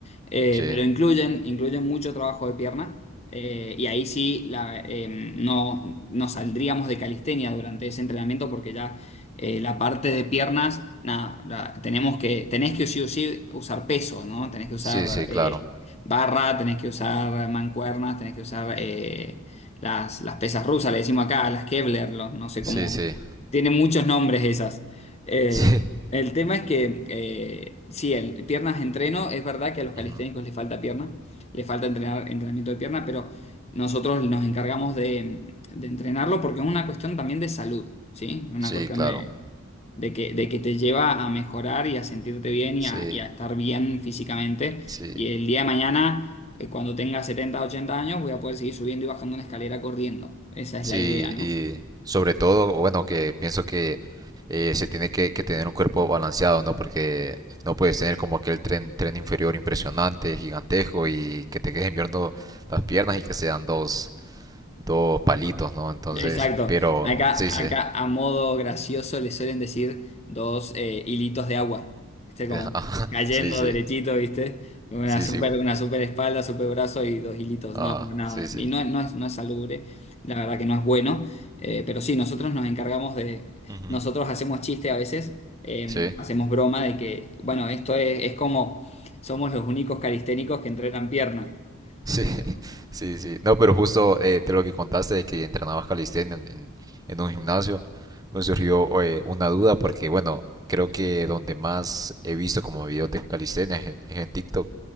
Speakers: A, on the left; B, on the right.
A: Eh,
B: sí
A: pero incluyen, incluyen mucho trabajo de pierna. eh, y ahí sí la, eh, no, no saldríamos de calistenia durante ese entrenamiento porque ya eh, la parte de piernas, nada, la- tenemos que, tenés que sí o sí usar peso, ¿no? Tenés que usar
B: sí sí claro
A: eh, barra, tenés que usar mancuernas, tenés que usar eh, las, las pesas rusas, le decimos acá, las Kevlar, los- no sé
B: sí
A: cómo.
B: sí
A: Tienen muchos nombres esas. Eh,
B: <laughs> sí
A: el tema es que, eh, sí, el, piernas entreno, es verdad que a los calisténicos
B: Ujú.
A: les falta pierna, les falta entrenar, entrenamiento de pierna, pero nosotros nos encargamos de, de entrenarlo porque es una cuestión también de salud, ¿sí? Una
B: sí
A: cuestión
B: claro
A: de, de que, de que te lleva a mejorar y a sentirte bien y
B: sí
A: a, y a estar bien físicamente.
B: sí
A: Y el día de mañana, eh, cuando tenga 70 80 años, voy a poder seguir subiendo y bajando una escalera corriendo. Esa
B: Sí,
A: es la idea, ¿no?
B: y sobre todo, bueno, que pienso que eh, se tiene que, que tener un cuerpo balanceado, ¿no? Porque no puedes tener como aquel tren, tren inferior impresionante, gigantesco, y que te queden viendo las piernas y que sean dos, dos palitos, ¿no? Entonces,
A: Exacto.
B: pero
A: Acá,
B: sí, sí,
A: acá a modo gracioso le suelen decir dos eh, hilitos de agua. Este como
B: <laughs> ajá,
A: cayendo
B: sí, sí,
A: derechito, ¿viste? Una
B: sí,
A: super,
B: sí,
A: una super espalda, super brazo y dos hilitos.
B: ajá,
A: No, pero nada.
B: sí, sí,
A: Y no, no es, no es salubre, la verdad que no es bueno. Eh, pero sí, nosotros nos encargamos de.
B: ujú,
A: Nosotros hacemos chiste a veces, eh,
B: sí,
A: hacemos broma de que, bueno, esto es, es como somos los únicos calisténicos que entrenan pierna.
B: Sí,
A: Pero
B: <laughs> sí, sí. No, pero justo eh, de lo que contaste de que entrenabas calistenia en, en- en un gimnasio, me surgió eh, una duda porque, bueno, creo que donde más he visto como videos de calistenia es en, es en TikTok